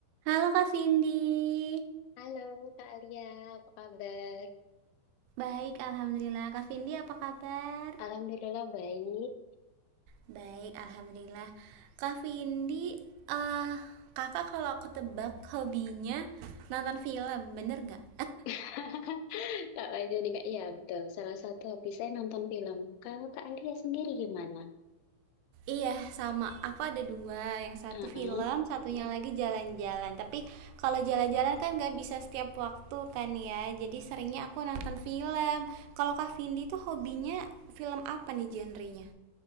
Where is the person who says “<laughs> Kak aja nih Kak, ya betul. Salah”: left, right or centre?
Left